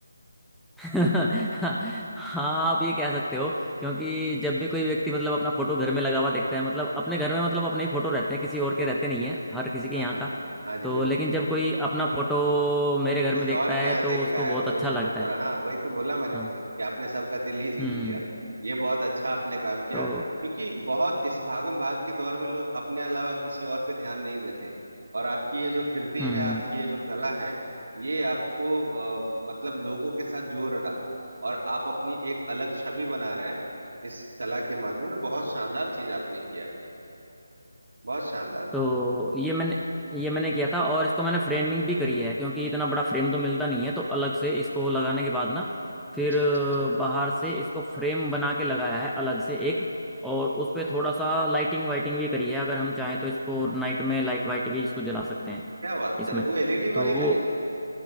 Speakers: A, in the centre; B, on the right.
A: हाँ आप ये कह सकते हो क्योंकि जब भी कोई व्यक्ति मतलब अपना फोटो घर में लगा हुआ देखता है मतलब अपने घर में मतलब अपने ही फोटो रहते हैं किसी और के रहते नहीं है हर किसी के
B: हाँ
A: यहाँ
B: जी
A: का
B: हाँ जी हाँ जी
A: तो
B: बिल्कुल
A: लेकिन जब कोई अपना फोटो मेरे घर
B: किसी
A: में देखता
B: और के
A: है
B: यहाँ
A: तो
B: देखता
A: उसको
B: है
A: बहुत
B: तो
A: अच्छा
B: उसको
A: लगता
B: थोड़ा
A: है
B: हाँ वही तो बोला मैंने
A: हाँ
B: कि आपने सबका दिल ही जीत
A: हम्म
B: लिया ये बहुत अच्छा आपने काम किया
A: तो
B: क्योंकि बहुत इस भागम भाग के दौर में लोग अपने अलावा किसी और पे ध्यान नहीं देते और आपकी ये जो कृति
A: हम्म
B: है आपकी ये जो कला है ये आपको अ, मतलब लोगों के साथ जोड़ रहा और आप अपनी एक अलग छवि बना रहे हैं इस कला के माध्यम से बहुत शानदार चीज आपने किया बहुत शानदार
A: तो ये मैंने ये मैंने किया था और इसको मैंने फ्रेमिंग भी करी है क्योंकि इतना बड़ा फ्रेम तो मिलता नहीं है तो अलग से इसको लगाने के बाद ना फिर
B: अच्छा
A: अ,
B: अच्छा अच्छा
A: बाहर से इसको फ्रेम बना के लगाया है अलग से एक और उस पे थोड़ा सा लाइटिंग वाइटिंग भी करी है अगर हम चाहें तो इसको नाइट में लाइट वाइट भी इसको जला सकते हैं
B: क्या बात
A: इसमें
B: कर रहे हो? वो एलईडी
A: तो
B: वाली
A: वो
B: लाइट